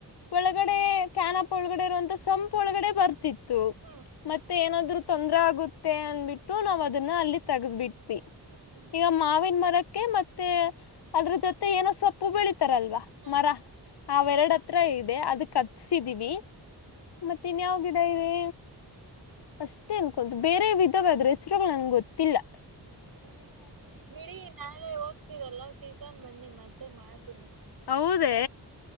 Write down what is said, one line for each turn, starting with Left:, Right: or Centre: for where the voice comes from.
Left: ಒಳಗಡೆ ಕ್ಯಾನಪ್ ಒಳಗಡೆ ಇರುವಂತ ಸಂಪ್ ಒಳಗಡೆ ಬರ್ತಿತ್ತು
Right: ಹ್ಮಞ
Left: ಮತ್ತೆ ಏನಾದ್ರು ತೊಂದ್ರ ಆಗುತ್ತೆ ಅನ್ಬಿಟ್ಟು ನಾವ್ ಅದನ್ನ ಅಲ್ಲಿ ತಗದ್ಬಿಟ್ವಿ
Right: ಹ್ಮ್ ಹ್ಮ್
Left: ಮಾವಿನ್ ಮರಕ್ಕೆ ಮತ್ತೆ ಅದ್ರ ಜೊತೆ ಏನೋ ಸೊಪ್ಪು ಬೆಳಿತಾರಲ್ವಾ
Right: ಹ್ಮ್
Left: ಮರ. ಅವೆರಡ
Right: ಹ್ಮ್
Left: ಹತ್ರ ಇದೆ ಅದಕತ್ಸಿದೀವಿ ಮತ್ತ ಇನ್ಯಾವ ಗಿಡ ಇದೆ. ಅಷ್ಟೇ ಅನ್ಕೊಂದು ಬೇರೆವಿದವೆ ಅದ್ರ ಹೆಸರುಗಳು ನಂಗೊತ್ತಿಲ್ಲ.
Right: ಹ್ಮ್ ಬಿಡಿ ನಾಳೆ ಹೋಗ್ತೀರಲ್ಲ ತಿಳ್ಕೊಂಡ್ ಬನ್ನಿ ಮತ್ತೆ ಮಾಡ್ತೀನಿ.
Left: ಹೌದೇ